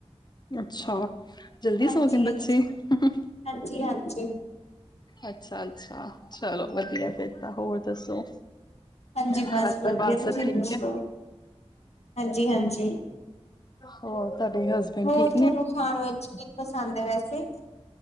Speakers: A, on the left (about 40°); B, on the left (about 70°).
A: ਅੱਛਾ ਜਲਦੀ
B: ਹਾਂਜੀ
A: ਸੋ ਗਏ ਨੇ ਬੱਚੇ।
B: ਹਾਂਜੀ
A: ਹਾਂ ਹਾਂ
B: ਹਾਂਜੀ ਹਾਂਜੀ
A: ਅੱਛਾ ਅੱਛਾ ਚਲੋ ਵਧੀਆ ਫੇਰ ਤਾਂ ਹੋਰ। ਦੱਸੋ?
B: ਹਾਂਜੀ
A: ਘਰ
B: ਬਸ
A: ਪਰਿਵਾਰ
B: ਵਧੀਆ ਤੁਸੀਂ
A: ਸਭ ਠੀਕ
B: ਦੱਸੋ?
A: ਹੈ?
B: ਹਾਂਜੀ-ਹਾਂਜੀ
A: <unintelligible> ਹਸਬੈਂਡ
B: ਹੋਰ
A: ਠੀਕ ਨੇ?
B: ਤੁਹਾਨੂੰ ਖਾਣ ਵਿੱਚ ਕੀ ਪਸੰਦ ਹੈ ਵੈਸੇ? ਯ